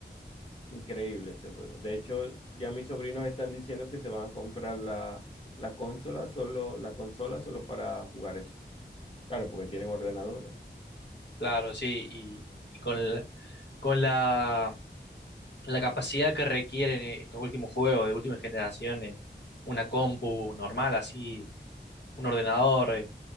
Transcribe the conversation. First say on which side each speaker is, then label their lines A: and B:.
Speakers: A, on the left; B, on the left.
A: Increíble ese juego. De hecho, ya mis sobrinos están diciendo que se van a comprar la, la consola solo, la consola solo para jugar eso. Claro, porque tienen ordenadores.
B: Claro, sí. Y, y con, el- con la, la capacidad que requieren eh, estos últimos juegos de última generación, eh, una compu normal, así, un ordenador eh,